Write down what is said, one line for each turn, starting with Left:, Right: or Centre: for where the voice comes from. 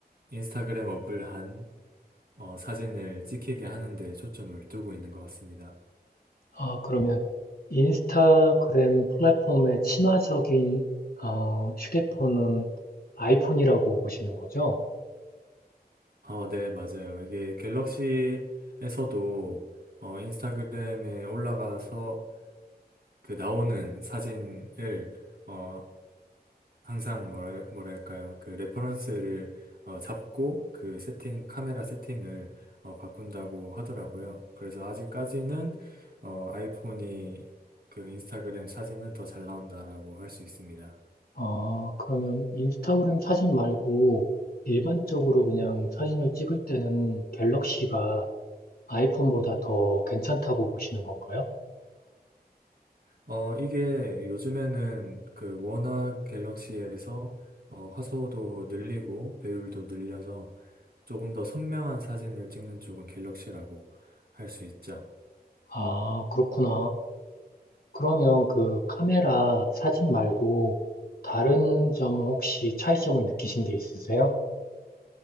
Right: 인스타그램 어블한 어, 사진을 찍히게 하는 데 초점을 두고 있는 것 같습니다.
Left: 아, 그러면 인스타그램 플랫폼의 친화적인 어, 휴대폰은 아이폰이라고 보시는 거죠?
Right: 어, 네, 맞아요. 이게 갤럭시에서도 어, 인스타그램에 올라가서 그 나오는 사진을 어, 항상 뭐랄, 뭐랄까요. 그 레퍼런스를 어, 잡고 그 세팅, 카메라 세팅을 어, 바꾼다고 하더라고요. 그래서 아직까지는 어, 아이폰이 그 인스타그램 사진은 더 잘 나온다라고 할 수 있습니다.
Left: 아, 그러면 인스타그램 사진 말고 일반적으로 그냥 사진을 찍을 때는 갤럭시가 아이폰보다 더 괜찮다고 보시는 건가요?
Right: 어, 이게 요즘에는 그 워낙 갤럭시에서 어, 화소도 늘리고 배율도 늘려서 조금 더 선명한 사진을 찍는 쪽은 갤럭시라고 할 수 있죠.
Left: 아, 그렇구나. 그러면 그 카메라 사진 말고 다른 점은 혹시 차이점을 느끼신 게 있으세요?